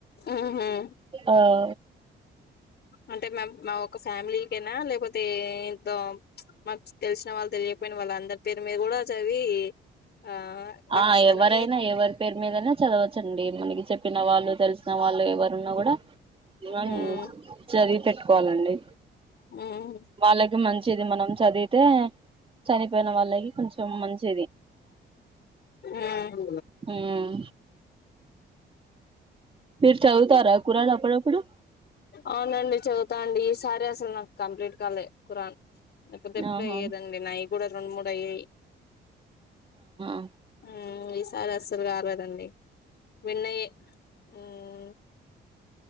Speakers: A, on the left; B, on the right.
A: మ్మ్ హ్మ్
B: ఆ ఆ
A: అంటే మ మా ఒక ఫ్యామిలీకైనా లేకపోతే ఇంత మాకు తెలిసిన వాళ్ళు తెలియపోయిన వాళ్ళు అందరి పేరు మీరు కూడా చదివి ఆ పాకిస్తారా
B: ఆ ఎవరైనా ఎవరి పేరు మీదైనా చదవచ్చండి మనకి చెప్పిన వాళ్ళు తెలిసిన వాళ్ళు ఎవరున్నా కూడా ఉమ్
A: మ్మ్
B: చదివి పెట్టుకోవాలండి
A: మ్మ్
B: వాళ్ళకి మంచిది మనం చదివి అంటే చని పోయిన వాళ్ళవి కొంచెం మంచిది
A: హ్మ్
B: హ్మ్ మీరు చదువుతారా ఖురాన్ అప్పుడప్పుడు
A: అవునండి చె తాడి ఈసారి అసలు కంప్లీట్ కాలే ఖురాన్ పెద్ద పెద్ద
B: ఆహా
A: అయ్యేదండి నవి కూడా రెండు మూడు అయినాయి
B: అ
A: హ్మ్ ఈసారి అస్సలు కాలేదండి వెన్నయే హుమ్మ్